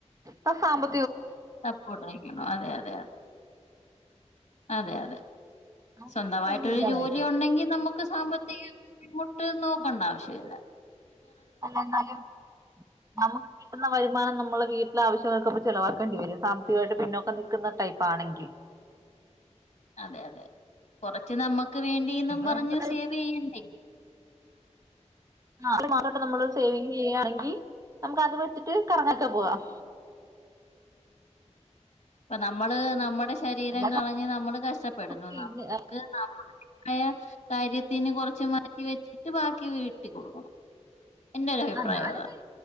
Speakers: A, on the right (about 25°); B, on the left (about 55°).
A: പ്പ സാമ്പ
B: സപ്പോർട്ടായിരിക്കണം അതെ അതെ അതെ അതെ അതെ
A: നമുക്കൊന്നും
B: സ്വന്തമായിട്ടൊരു
A: ഇല്ലാതായിരിക്കും
B: ജോലി ഉണ്ടെങ്കിൽ നമ്മക്ക് സാമ്പ പ്രത്യേക ബുദ്ധിമുട്ട് നോക്കണ്ട ആവശ്യല്ല
A: അല്ലന്നാലും നമ്മക്ക് കിട്ടുന്ന വരുമാനം നമ്മളെ വീ ട്ടിലെ ആവശ്യങ്ങൾ ക്കൊക്കെ ചെലവാക്കേണ്ടി വരും സാമ്പത്തികമായിട്ട് പിന്നോക്കം നക്ക്ന്ന ടൈപ്പ് ആണെങ്കി
B: അതെ അതെ കൊറച്ച് നമ്മ ക്ക് വേണ്ടിന്നും
A: അപ്പൊ
B: പറഞ്ഞ്
A: നമുക്ക്
B: സേവീയ്യണ്ടേ
A: ആ മാട്ട് നമ്മള് സേവിങ് ചെയ്യയാണെങ്കിനമ്മക്കത് വെച്ച്ട്ട് കറങ്ങാക്കെ പോവാം.
B: ഇപ്പ നമ്മള് നമ്മടെ ശ് ശരീരം
A: അല്ലാതെ
B: കളഞ്ഞ് നമ്മള് കഷ്ടപ്പെടുന്നു
A: പിന്നെ
B: നമുക്ക് നമ്മടേതായകാര്യത്തിന് കൊർ ച്ച് മാറ്റി വെച്ചിട്ട് ബാക്കി വീട്ടീകൊട്ക്കണം എന്റെ ഒരു അഭിപ്രായം
A: ആ ഞാനങ്ങനെ
B: അതാണ്